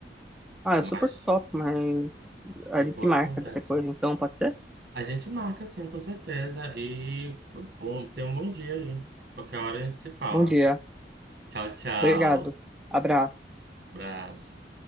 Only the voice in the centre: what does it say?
Ah, é
super top, mas a
gente
marca
depois, então pode ser?
Bom dia.
Obrigado. Abraço.